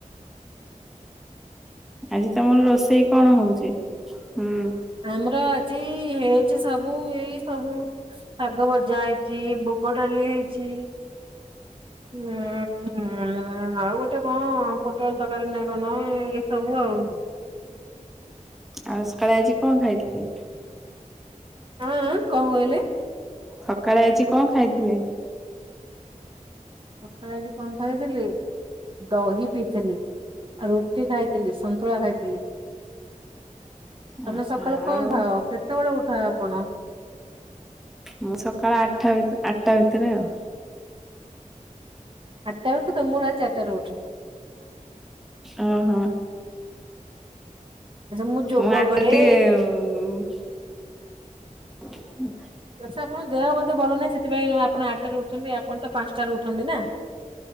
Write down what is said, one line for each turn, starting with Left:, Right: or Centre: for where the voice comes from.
Centre: ଆଜି ତମର ରୋଷେଇ କଣ ହୋଉଚି? ହୁଁ।
Right: ଆମର ଆଜି ହେଇଚି ସବୁ ଏଇ ସବୁ ଶାଗ ଭଜା ହେଇଚି। ମୁଗ ଡାଲି ହେଇଚି। ହୁଁ ହୁଁ ଆଉ ଗୋଟେ କଣ ପୋଟଲ ଦରକାରୀ ନା କଣ ଏଇ ସବୁ ଆଉ।
Centre: ଆଉ ସକାଳେ ଆଜି କଣ ଖାଇଥିଲେ?
Right: ଆଁ ଆଁ କଣ କହିଲି?
Centre: ସକାଳେ ଆଜି କଣ ଖାଇଥିଲେ?
Right: ସକାଳେ ଆଜି କଣ ଖାଇଥିଲି। ଦହି ପିଇଥିଲି, ଆ ରୁଟି ଖାଇଥିଲି, ସନ୍ତୁଳା ଖାଇଥିଲି। ତମେ
Centre: ଆଚ୍ଛା
Right: ସକାଳୁ କଣ
Centre: ଆଉ
Right: ଖାଅ? କେତେବେଳେ ଉଠ ଆପଣ?
Centre: ମୁଁ ସକାଳ ଆଠା ଭିତ- ଆଟା ଭିତରେ ଆଉ।
Right: ଆଟାରେ ଉଠୁଚ। ମୁଁ ରାତି ଚାରିଟାରୁ ଉଠୁ।
Centre: ଓ ହୋ।
Right: ଆଚ୍ଛା ଯୋଗ
Centre: ମୁଁ ଆ
Right: କରେ।
Centre: <unintelligible> ଟିକେ ଉଁ ହୁଁ
Right: ଆଚ୍ଛା ଆପଣଙ୍କ ଦେହ ବୋଧେ ଭଲ ନାହିଁ ସେଥିପାଇଁ ଆପଣ ଆଟାରେ ଉଠୁଚନ୍ତି? ଆପଣ ତ ପାଞ୍ଚଟାରେ ଉଠନ୍ତି ନା।